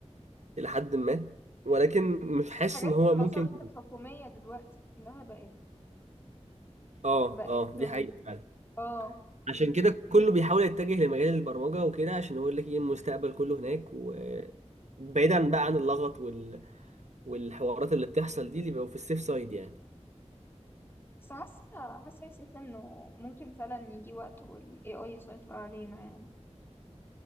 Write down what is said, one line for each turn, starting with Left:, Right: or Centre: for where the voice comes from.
Right: لحد ما ولكن مش حاسس
Left: حاجات
Right: ان هو
Left: المصالح
Right: ممكن
Left: الحكومية دلوقتي كلها بقت
Right: اه
Left: بقت
Right: اه دي
Left: بال...
Right: حقيقه فعلا
Left: اه
Right: عشان كده كله بيحاول يتجه لمجال البرمجة وكده عشان هو يقول لك ايه المستقبل كله هناك وبعيدا بقى عن اللغط وال... والحوارات اللي بتحصل دي اللي بيبقوا في السيف سايد يعني
Left: بس حاسة حاسة يا سيف انه ممكن فعلا يجي وقت وال AI يسيطر علينا يعني